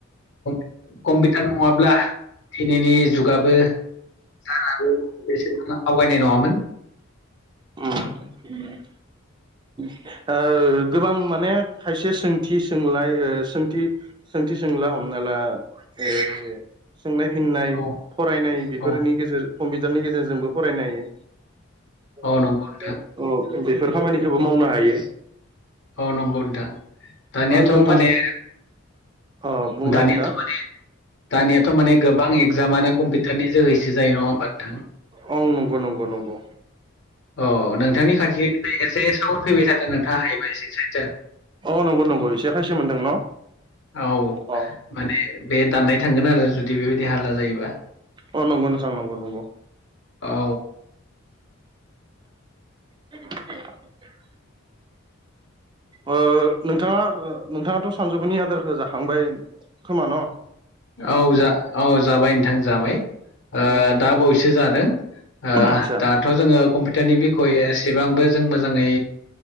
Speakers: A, on the left; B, on the right.
A: <inaudible> कम्पिउटार नङाब्ला, दिनैनि जुगाबो <unintelligible> बे सिम आवगायनाय नङामोन।
B: उम उम ओ गोबां माने खायसे सोंथि सोंलायथि सोंथि सोंला होमबाना ओ सोंनाय फिननाय
A: औ
B: फरायनाय बेफोरनि
A: औ
B: गेजेर कम्पिउटारनि गेजेरजोंबो फरायनो हायो।
A: औ
B: <inaudible>
A: नंगौ नोंथां
B: औ बेफोर खामानिखौबो मावनो हायो।
A: औ नंगौ नोंथां दानियाथ
B: ओ नोंथां
A: माने
B: अ बुंलाय
A: दानियाथ
B: नोंथां
A: माने दानियाथ माने गोबां एगजामानो कम्पिउटारनि जोहैसो जायो नङा होमबा नोंथां?
B: औ नंगौ नंगौ नंगौ
A: अ नोंथांनि खाथिनिफ्राय एसे सावर फैबाय थादों नोंथाङा हायोबा एसे सायदजा ।
B: अ नंगौ नंगौ इसे खायसो मोन्दों न?
A: औ
B: अ
A: माने बे दाननाय थांगोन आरो जुदि बेबायदि हाल्ला जायोबा ।
B: अ नंगौ नोंथां नंगौ नंगौ ।
A: औ
B: <unintelligible> ओ नोंथाङा नोंथाङाथ सानजौफुनि आदारखौ जाखांबाय खोमा न?
A: औ जा औ जाबाय नोंथां जाबाय । ओ
B: उम उम
A: दा
B: उम
A: बाउयैसो जादों ओ
B: आतसा
A: दाथ जोङो कम्पिउटारनि बिखय एसेबांबो जों मोजाङै